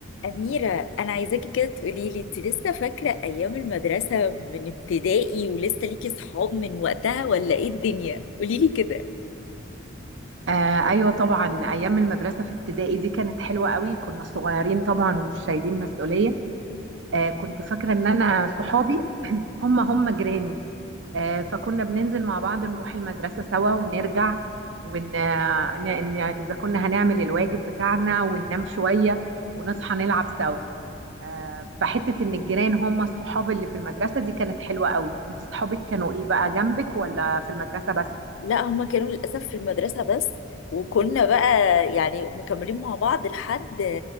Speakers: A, on the left; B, on the right.
A: أميرة أنا عايزاكي كده تقولي لي أنت لسه فاكرة أيام المدرسة من ابتدائي ولسه ليكي صحاب من وقتها ولا إيه الدنيا؟ قولي لي كده
B: آه ايوه طبعا ايام المدرسه في ابتدائي دي كانت حلوه قوي كنا صغيرين طبعا ومش شايلين مسؤوليه آه كنت فاكره ان انا صحابي هم هم جيراني آه فكنا بننزل مع بعض نروح المدرسه سوا ونرجع ون ن... ن... اذا كنا هنعمل الواجب بتاعنا وننام شويه ونصحى نلعب سوا آه فحته ان الجيران هم الصحاب اللي في المدرسه دي كانت حلوه قوي انت صحابك كانوا ايه بقى جنبك ولا في المدرسه بس
A: لا هما كانوا للأسف في المدرسة بس وكنا بقى يعني مكملين مع بعض لحد